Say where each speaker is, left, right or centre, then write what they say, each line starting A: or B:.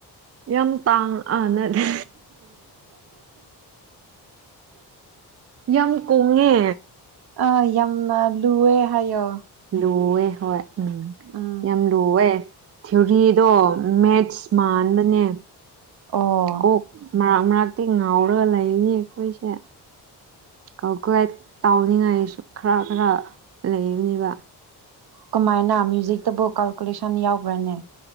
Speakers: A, on the right (about 35°); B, on the right (about 60°).
A: ꯌꯥꯝ ꯇꯥꯡ ꯑꯅꯗꯤ ꯌꯥꯝ ꯀꯣꯡꯉꯦ
B: ꯑꯥ ꯌꯥꯝꯅ ꯂꯨꯑꯦ ꯍꯥꯏꯌꯣ
A: ꯂꯨꯋꯦ ꯍꯣꯏ ꯎꯝ
B: ꯎꯝ
A: ꯌꯥꯝ ꯂꯨꯑꯦ ꯊꯤꯑꯣꯔꯤꯗꯣ ꯃꯦꯠꯁ ꯃꯥꯟꯕꯅꯦ
B: ꯑꯣ
A: ꯀꯣꯛ ꯃꯔꯛ ꯃꯔꯥꯛꯛꯇꯤ ꯉꯥꯎꯔꯒ ꯂꯩꯕꯅꯤ ꯑꯩꯈꯣꯏꯁꯦ ꯀꯀꯂꯥꯏ ꯇꯥꯎꯅꯤꯡꯉꯥꯏꯁꯨ ꯈꯔ ꯈꯔ ꯂꯩꯕꯅꯦꯕ
B: ꯀꯃꯥꯏꯅ ꯃ꯭ꯌꯨꯖꯤꯛꯇꯕꯨ ꯀꯥꯜꯀꯨꯂꯦꯁꯟ ꯌꯥꯎꯕ꯭ꯔꯅꯦ